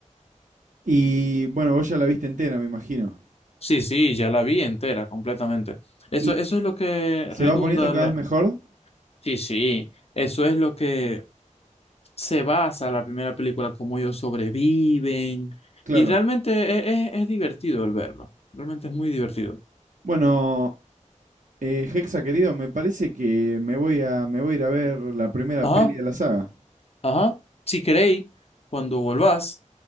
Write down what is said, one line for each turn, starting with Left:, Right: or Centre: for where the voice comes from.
Right: Y bueno, vos ya la viste entera, me imagino.
Left: Sí, sí, ya la vi entera, completamente. Eso,
Right: ¿Y
Left: eso es lo que
Right: se
Left: redunda
Right: va poniendo cada
Left: la...
Right: vez mejor?
Left: Sí, sí, eso es lo que se basa la primera película, cómo ellos sobreviven.
Right: Claro.
Left: Y realmente es, es- es divertido el verlo. Realmente es muy divertido.
Right: Bueno, eh, Hexa, querido, me parece que me voy a, me voy a ir a ver la primera
Left: Ajá,
Right: peli de la saga.
Left: ajá. Si queréis, cuando volvás,